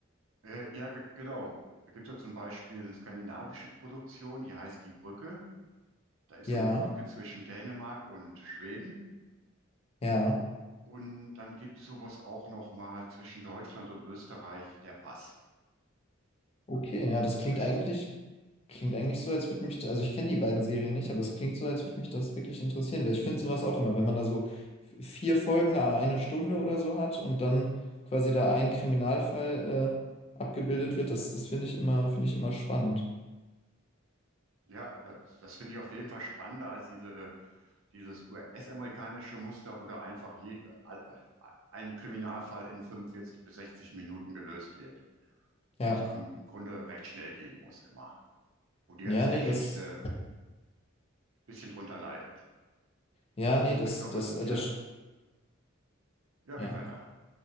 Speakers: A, on the right (about 80°); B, on the left (about 30°).
A: Äh, ja, ge- genau. Da gibt es ja zum Beispiel eine skandinavische Produktion, die heißt Die Brücke. Da ist
B: Ja,
A: so eine Brücke zwischen Dänemark und Schweden.
B: ja.
A: Und dann gibt es sowas auch nochmal zwischen Deutschland und Österreich, der Pass.
B: Okay, ja, das klingt
A: Das ist,
B: eigentlich, klingt eigentlich so, als würde mich, also ich kenne die beiden Serien nicht, aber es klingt so, als würde mich das wirklich interessieren, weil ich finde sowas auch immer, wenn man da so f- vier Folgen, à eine Stunde oder so hat und dann quasi da ein Kriminalfall äh, abgebildet wird, das, das finde ich immer, finde ich immer spannend.
A: ja, das, das finde ich auf jeden Fall spannender als diese, dieses US-amerikanische Muster, wo da einfach jed- äh, ein Kriminalfall in 45 bis 60 Minuten gelöst wird,
B: Ja,
A: wo es im Grunde recht schnell gehen muss immer. Wo die
B: ja,
A: ganze
B: nee,
A: Geschichte
B: das,
A: bisschen drunter leidet.
B: ja, nee, das,
A: Ich glaube,
B: das,
A: da sind
B: äh,
A: wir.
B: das,
A: Ja,
B: ja.
A: red weiter.